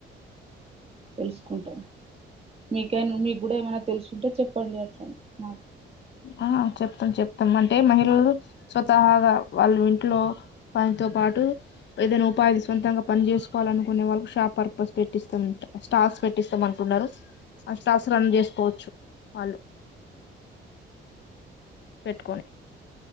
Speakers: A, on the right; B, on the left.
A: తెలుసుకుంటాను మీకే మీకు కూడా ఏమైనా తెలుసుంటే చెప్పండి అట్లా మాకు
B: ఆ చెప్తాం చెప్తాం అంటే మహిళలు స్వతాగా వాళ్ళ ఇంట్లో వానితో పాటు ఏదైనా ఉపాధి సొంతంగా పని చేసుకోవాలనుకునే వాళ్ళకి షాప్ పర్పస్ పెట్టిస్తాం స్టాల్స్ పెట్స్తామంటు అష్టాసరాన చేసుకోవచ్చు వాళ్ళు పెట్టుకొని